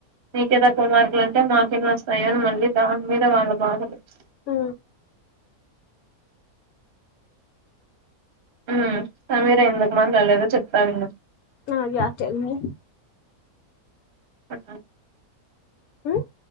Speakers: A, on the right; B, on the left.
A: నీకే తక్కువ మార్కులు అంటే మాకెన్నొస్తాయో అని మళ్ళీ దాని మీద వాళ్ళ బాధలు ప్చ్
B: ఊ
A: ఊమ్ సమీర ఎందుకు మాట్లాడ్లేదో చెప్తా విను
B: ఆ యా టెల్ మీ
A: ఆ
B: ఊ